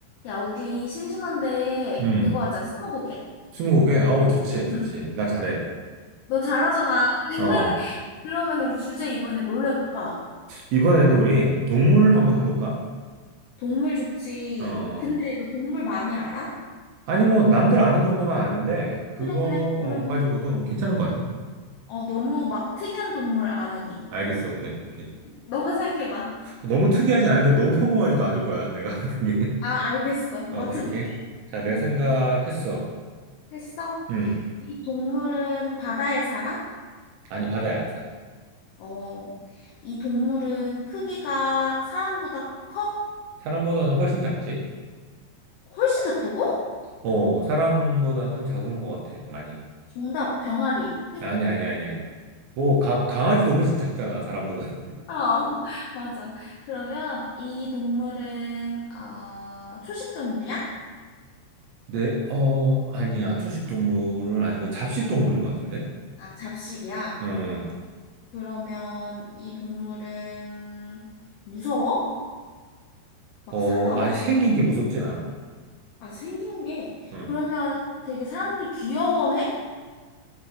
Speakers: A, on the left (about 75°); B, on the right (about 75°).
A: 야, 우리 심심한데
B: 음,
A: 그거 하자. 스무고개.
B: 스무고개? 어우, 좋지, 좋지.
A: 응.
B: 나 잘해.
A: 너 잘하잖아. <laughs>
B: 어,
A: 그러면 우리 주제 이번에 뭘로 해볼까?
B: 이번에는 우리 동물 한번 해볼까?
A: 동물 좋지.
B: 어,
A: 근데 너 동물 많이 알아?
B: 아니, 뭐, 남들 아는 정도만 아는데, 그거
A: 그래, 그래. 그러면
B: 어, 가지고도 괜찮은 것 같아.
A: 어, 너무 막 특이한 동물 안 하기.
B: 알겠어, 오케이, 오케이.
A: 너가 생각해봐.
B: 너무 특이하지 않은데 너무 평범하지도 않을 거야, 내가 하는 게.
A: 아, 알겠어.
B: <laughs> 어,
A: 맞춰볼게.
B: 오케이, 오케이. 자, 내가
A: 응.
B: 생각했어.
A: 했어?
B: 음,
A: 이 동물은 바다에 살아?
B: 아니, 바다에 안 살아.
A: 어. 이 동물은 크기가 사람보다 커?
B: 사람보다는 훨씬 작지?
A: 훨씬 작다고?
B: 어, 사람보다는 작은 것 같아, 많이.
A: 정답, 병아리.
B: 아니, 아니, 아니, 아니. 뭐, 가- 강아지도 훨씬 작잖아, 사람보다.
A: 아, 어, <laughs> 맞아. 그러면 이 동물은 어, 초식 동물이야?
B: 네, 어, 아니야. 초식 동물은 아니면 잡식 동물인 것 같은데?
A: 아, 잡식이야?
B: 응,
A: 그러면 이 동물은 무서워? 막
B: 어,
A: 사나워?
B: 아니, 생긴 게 무섭진 않아.
A: 아, 생긴 게.
B: 응,
A: 그러면 되게 사람들이 귀여워해?